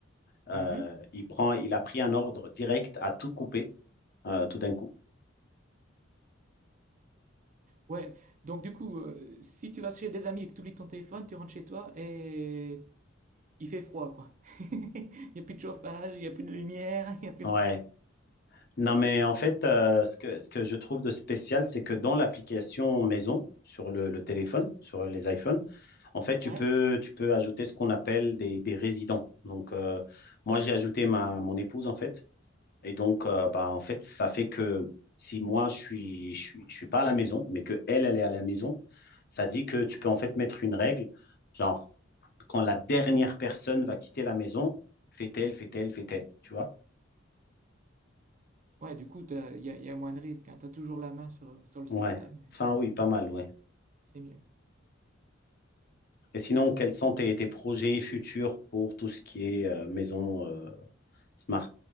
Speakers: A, on the left; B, on the right.
A: euh,
B: Mhm.
A: il prend, il a pris un ordre direct à tout couper, euh, tout d'un coup.
B: Ouais, donc du coup, euh, si tu vas chez des amis et que tu oublies ton téléphone, tu rentres chez toi et il fait froid, quoi. <laughs> Il n'y a plus de chauffage, il n'y a plus de lumière, <laughs> il n'y a plus
A: Ouais.
B: rien.
A: Non, mais en fait, euh, ce que, ce que je trouve de spécial, c'est que dans l'application maison, sur le, le téléphone, sur les iPhones, en fait, tu
B: Ouais,
A: peux, tu peux ajouter ce qu'on appelle des, des résidents. Donc, euh, moi, j'ai ajouté ma, mon épouse, en fait. Et donc, euh, bah, en fait, ça fait que si moi, je suis, je suis, je suis pas à la maison, mais que elle, elle est à la maison, ça dit que tu peux en fait mettre une règle, genre, quand la dernière personne va quitter la maison, fait-elle, fait-elle, fait-elle, tu vois?
B: ouais, du coup, t'as- il y a, il y a moins de risques. hein. Tu as toujours la main sur, sur le
A: Ouais.
B: système,
A: Enfin, oui, pas mal, ouais.
B: et c'est mieux.
A: Et sinon, quels sont tes, tes projets futurs pour tout ce qui est euh, maison euh, smart?